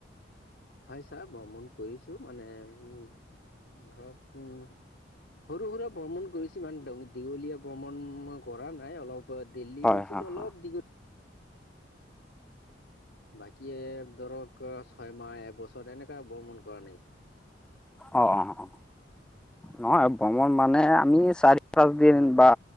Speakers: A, on the left; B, in the centre.
A: হয় ছাৰ ভ্ৰমণ কৰিছো মানে উম। ধৰক উম সৰু সুৰা ভ্ৰমণ কৰিছে। কিমান দীঘলীয়া ভ্ৰমণ কৰা নাই অলপ দিল্লী
B: হয়
A: গৈছিলো
B: হয়
A: অলপ
B: হয়
A: দীঘলীয়া। বাকী ধৰক ছয় মাহ এবছৰ এনেকা ভ্ৰৰ্মন কৰা নাই।
B: অ অ অ নহয় ভ্ৰমণ মানে আমি চাৰি পাঁচ দিন বা